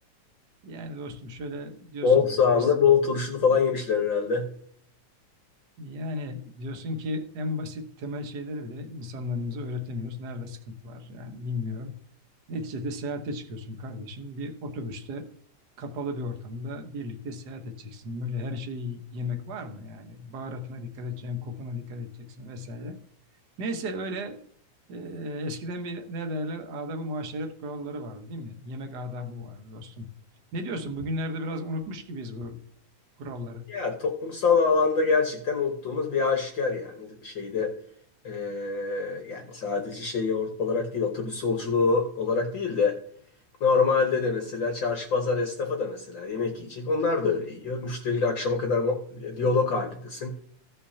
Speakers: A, on the right; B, on the left.
A: Yani dostum şöyle diyorsun
B: Bol soğanlı,
A: ki bu, ins-
B: bol turşulu falan yemişler herhalde.
A: Yani diyorsun ki en basit temel şeyleri bile insanlarımıza öğretemiyoruz. Nerede sıkıntı var yani bilmiyorum. Neticede seyahate çıkıyorsun kardeşim. Bir otobüste kapalı bir ortamda birlikte seyahat edeceksin. Böyle her şeyi yemek var mı yani? Baharatına dikkat edeceksin, kokuna dikkat edeceksin vesaire. Neyse öyle e, eskiden bir ne derler adab-ı muaşeret kuralları vardı değil mi? Yemek adabı vardı dostum. Ne diyorsun? Bugünlerde biraz unutmuş gibiyiz bu kuralları.
B: Ya toplumsal alanda gerçekten unuttuğumuz bir aşikar yani. Şeyde eee, yani sadece şey or- olarak değil, otobüs yolculuğu olarak değil de normalde de mesela çarşı pazar esnafı da mesela yemek yiyecek. Onlar da öyle yiyor. Müşteriyle akşama kadar mo- diyalog halindesin.